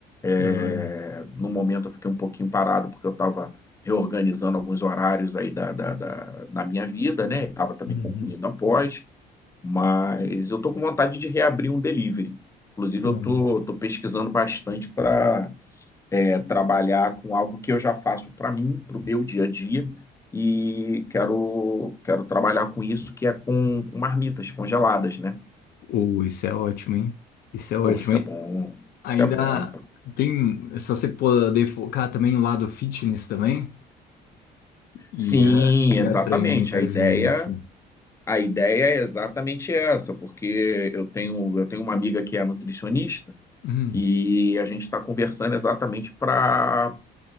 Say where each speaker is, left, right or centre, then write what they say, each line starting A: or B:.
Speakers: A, on the left; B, on the left.
A: É,
B: Da hora.
A: no momento eu fiquei um pouquinho parado, porque eu estava reorganizando alguns horários aí da, da, da- na minha vida, né? Estava também
B: Uhum.
A: concluindo a pós. Mas eu tô com vontade de reabrir um delivery. Inclusive,
B: Uhum.
A: eu estou tô, tô pesquisando bastante para trabalhar com algo que eu já faço para mim, para o meu dia a dia, e quero, quero trabalhar com isso, que é com, com marmitas congeladas, né?
B: Uh, isso é ótimo, hein? Isso é ótimo,
A: Pô, isso
B: hein?
A: é bom,
B: Ainda
A: isso é bom.
B: tem, se você poder focar também no lado fitness também, e,
A: Sim,
B: é,
A: exatamente.
B: e atrai muita
A: A ideia,
B: gente.
A: a ideia é exatamente essa, porque eu tenho, eu tenho uma amiga que é nutricionista.
B: Hum,
A: E a gente está conversando exatamente para